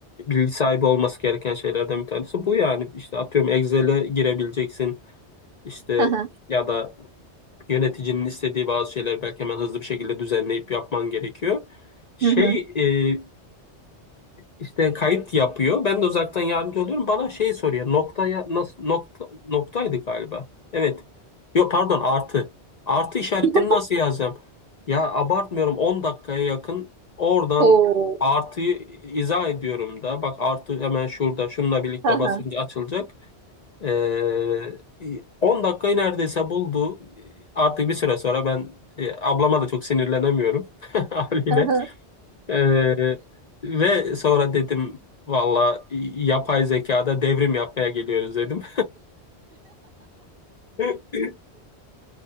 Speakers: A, on the left; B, on the right.
A: bilgi sahibi olması gereken şeylerden bir tanesi bu yani. İşte atıyorum Excel'e girebileceksin. İşte
B: hı hı,
A: ya da Yöneticinin istediği bazı şeyler belki hemen hızlı bir şekilde düzenleyip yapman gerekiyor. Şey
B: hı hı.
A: e, işte kayıt yapıyor. Ben de uzaktan yardımcı oluyorum. Bana şey soruyor. Noktaya nasıl nokta noktaydı galiba. Evet. Yok pardon artı. Artı işaretini
B: <laughs>
A: nasıl yazacağım? Ya abartmıyorum On dakikaya yakın oradan
B: Oo.
A: artıyı izah ediyorum da. Bak artı hemen şurada şununla birlikte
B: Hı hı,
A: basınca açılacak. Ee, 10 dakikayı neredeyse buldu. Artık bir süre sonra ben e, ablama da çok sinirlenemiyorum <laughs> haliyle.
B: hı hı.
A: Ee, ve sonra dedim valla yapay zekada devrim yapmaya geliyoruz dedim. <laughs>